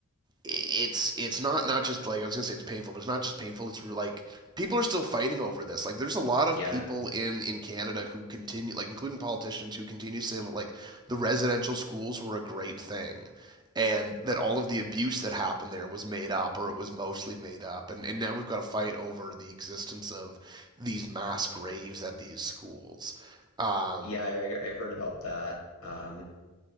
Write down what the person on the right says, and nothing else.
it's it's not not just like I was gonna say it's painful, but it's not just painful. It's like people are still fighting over this. Like there's a lot of
people in in Canada who continue, like including politicians, who continue to say that like the residential schools were a great thing, and that all of the abuse that happened there was made up or it was mostly made up. And and now we've got to fight over the existence of these mass graves at these schools. Um,